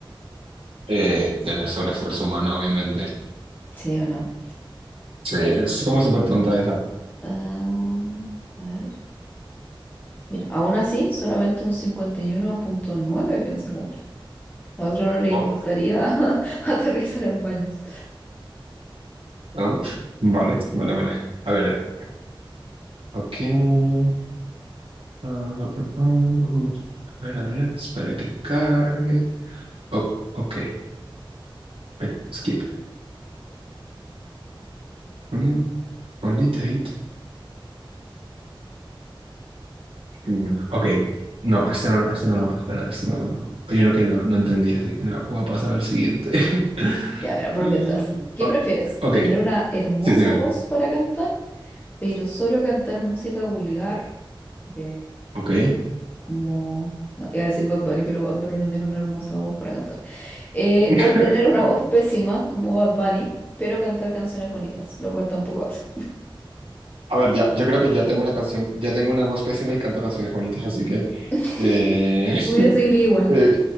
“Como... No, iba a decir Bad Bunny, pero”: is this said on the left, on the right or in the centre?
Left